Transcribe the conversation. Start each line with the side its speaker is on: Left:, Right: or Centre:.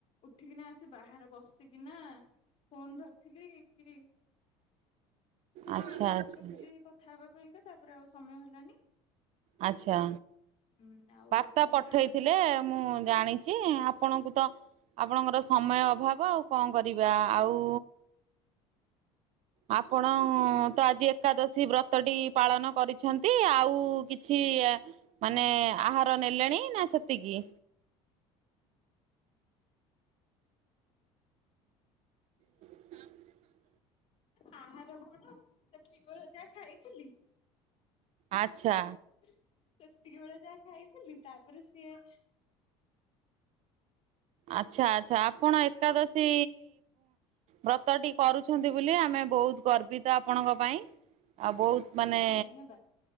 Left: ଉଠିକିନା ଆସି ବାହାରେ ବସିକିନା ଫୋନ ଧରିଥିଲି କି ସେତେବେଳେ
Right: ଆଚ୍ଛା
Left: ମେସେଜ
Right: ଆଚ୍ଛା
Left: କରିଥିଲି। କଥା ହେବା ପାଇଁକା ତାପରେ ଆଉ ସମୟ ହେଲାନି।
Right: ଆଛା
Left: ହୁଁ ଆଉ
Right: ବାର୍ତ୍ତା
Left: ସେଥିପାଇଁକା
Right: ପଠେଇଥିଲେ
Left: ଏବେ ପଚାରିଛି
Right: ମୁଁ ଜାଣି ଛି ଆପଣଙ୍କୁ ତ ଆପଣଙ୍କର ସମୟ ଅଭାବ ଆଉ କଣ କରିବା ଆଉ ଆପଣ ତ ଆଜି ଏକାଦଶୀ ବ୍ରତଟି ପାଳନ କରିଛନ୍ତି ଆଉ କିଛି ମାନେ ଆହାର ନେଲେଣି ନା ସେତିକି? ଆହୁରି
Left: ଆହାର କଣ ସେତିକି ବେଳେ ଯାହା ଖାଇଥିଲି।
Right: ଆଚ୍ଛା।
Left: ସେତିକି ବେଳେ ଯାହା ଖାଇଥିଲି ତାପରେ ସିଏ
Right: ଆଚ୍ଛା ଆଚ୍ଛା ଆପଣ ଏକାଦଶି ବ୍ରତ ଟି କରୁଛନ୍ତି ବୋଲି ଆମେ ବହୁତ ଗର୍ବିତ ଆପଣଙ୍କ ପାଇଁ। ଆଉ ବହୁତ ମାନେ
Left: ଧନ୍ୟବାଦ।